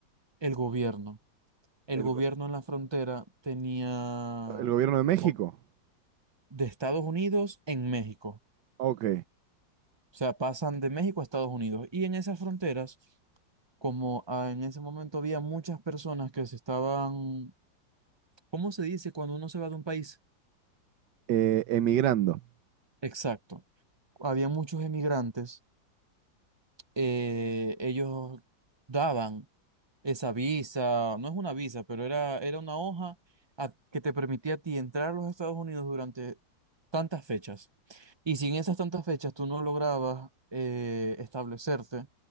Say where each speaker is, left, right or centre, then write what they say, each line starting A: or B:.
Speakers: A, on the right; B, on the right.
A: el gobierno. el
B: ¿El,
A: gobierno
B: go-
A: en la frontera tenía
B: el gobierno de México?
A: o- de Estados Unidos en México.
B: Ok.
A: O sea, pasan de México a Estados Unidos. Y en esas fronteras, como ah, en ese momento había muchas personas que se estaban, ¿cómo se dice cuando uno se va de un país?
B: Eh, emigrando.
A: Exacto. Había muchos emigrantes. eh, ellos daban esa visa, no es una visa, pero era, era una hoja a- que te permitía a ti entrar a los Estados Unidos durante tantas fechas. Y si en esas tantas fechas tú no lograbas eh, establecerte